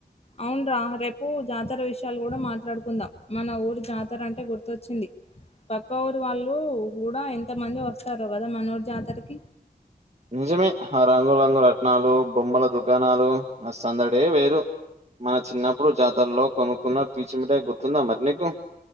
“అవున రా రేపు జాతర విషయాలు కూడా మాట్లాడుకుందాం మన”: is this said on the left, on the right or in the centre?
Left